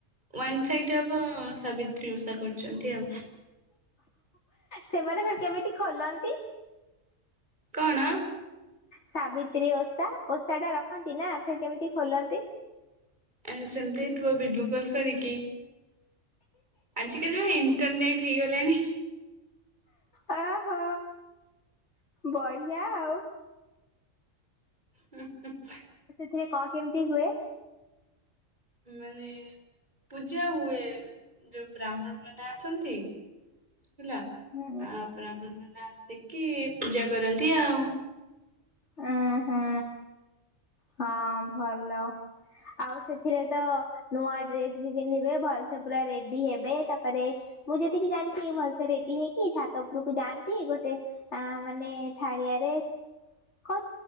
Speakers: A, on the right; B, on the left.
A: ୱନ୍ ସାଇଡ ହବ ସାବିତ୍ରୀ ଉଷା କରୁଛନ୍ତି ଆଉ।
B: ସେମାନେ ଫର କେମିତି ଖୋଲନ୍ତି।
A: କଣ
B: ସାବିତ୍ରୀ ଓଷା ଓଷା ଟା ରଖନ୍ତି ନା ଫିର କେମିତି ଖୋଲନ୍ତି।
A: ଆ ସେମତି ହେଇଥିବ ଭିଡିଓ କଲ କରିକି। ଆଜି କାଲି ଭ ଏନ କ ଠିକ ହେଲାଣି।
B: ଓହୋ ବଢିଆ ଆଉ।
A: <inaudible>
B: ଥିରେ କ କେମିତି ହୁଏ।
A: ମାନେ ପୂଜା ହୁଏ ଯୋଉ ବ୍ରାହ୍ମଣ ମାନେ ଆସନ୍ତି। ଥିଲା
B: ହୁଁ
A: ଆ ବ୍ରାହଣ ନାସତିକି ପୂଜା କରନ୍ତି ଆଉ।
B: ଉଁ ହୁଁ ହଁ ଭଲ ଆଉ ସେଥିରେ ତ ନୂଆ ଡ୍ରେସ ବି ପିନ୍ଧିବେ ଭଲସେ ପୁରା ରେଡି ହେବେ ତାପରେ ମୁଁ ଯେତିକି ଜାଣିଛି ଭଲସେ ରେଡି ହେଇକି ଛାତ ଉପୁରକୁ ଯାଆନ୍ତି ଗୋଟେ ମାନେ ଥାଳିଆରେ କ